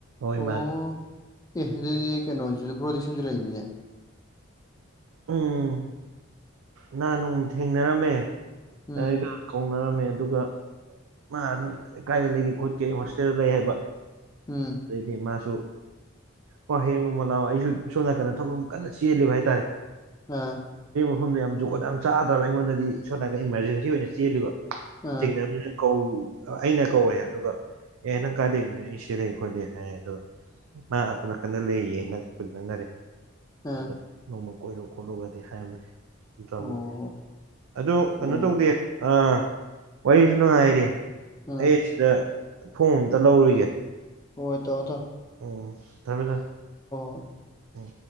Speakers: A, on the right; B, on the left.
A: ꯍꯣꯏ
B: ꯑꯣ
A: ꯃꯥꯅꯦ꯫
B: ꯑꯦ ꯑꯗꯨꯗꯤ ꯀꯩꯅꯣ ꯄ꯭ꯔꯣꯗꯤꯁꯟꯁꯨ ꯂꯩꯃꯤꯅꯦ
A: ꯎꯝ ꯅꯍꯥꯟ ꯅꯣꯡ ꯊꯦꯡꯅꯔꯝꯃꯦ
B: ꯎꯝ
A: ꯑꯦ ꯀ ꯀꯧꯅ ꯃꯦ ꯑꯗꯨꯒ ꯃꯥ ꯑꯗꯨꯝ ꯀꯥꯏꯗ ꯂꯩꯒꯦ ꯈꯣꯠꯀꯦ ꯍꯣꯁꯇꯦꯜ ꯂꯩ ꯍꯥꯏꯕ
B: ꯎꯝ
A: ꯑꯗꯩꯗꯤ ꯃꯥꯁꯨ ꯍ ꯍꯌꯦꯡ ꯅꯣꯡꯃ ꯂꯥꯛꯑꯣ ꯑꯩꯁꯨ ꯁꯣꯝ ꯅꯥꯀꯟꯗ ꯊꯕꯛ ꯑꯃ ꯀꯟꯅ ꯆꯦꯜꯂꯤꯕ ꯍꯥꯏꯇꯥꯔꯦ
B: ꯑꯥ
A: ꯃꯐꯝꯗ ꯌꯥꯝ ꯖꯒꯣꯠ ꯌꯥꯝ ꯆꯥꯗ꯭ꯔꯕ ꯑꯩꯉꯣꯟꯗꯗꯤ ꯏꯁꯣꯝ ꯅꯥꯀ ꯏꯃꯥꯔꯖꯦꯟꯁꯤ ꯑꯣꯏꯅ ꯆꯦꯜꯂꯤꯀꯣ
B: ꯑꯥ
A: <unintelligible> ꯀꯧ ꯑꯩꯅ ꯀꯧꯔꯦ ꯑꯗꯨꯒ ꯑꯦ ꯅꯪ ꯀꯥꯏꯗꯩ ꯑꯩ ꯁꯤꯦꯂꯦ ꯈꯣꯠꯂꯦ ꯍꯥꯏꯔꯦ ꯑꯗꯣ ꯃꯥ ꯑꯁꯣꯝ ꯅꯥꯀꯟꯗ ꯂꯩꯌꯦ ꯅꯛꯄ ꯅꯛꯅꯔꯦ
B: ꯑꯥ
A: ꯑꯗ ꯅꯣꯡꯃꯣ ꯀꯣꯏꯔꯨ ꯈꯣꯠꯂꯨꯒꯗꯤ ꯍꯥꯏꯔꯝꯃꯅꯤ ꯊꯃꯦ
B: ꯑꯣ
A: ꯑꯗꯣ ꯀꯩꯅꯣ
B: ꯑꯣ
A: ꯇꯧꯗꯦ ꯑ ꯋꯥꯏꯁꯨꯉꯥꯏ
B: ꯎꯝ
A: ꯑꯩ ꯁꯤꯗ ꯐꯣꯝ ꯑꯝꯇ ꯂꯧꯔꯨꯒꯦ
B: ꯑꯣꯏ ꯇꯧ ꯇꯧ
A: ꯎꯝ ꯊꯃꯦ
B: ꯍꯣꯏ
A: ꯎꯝ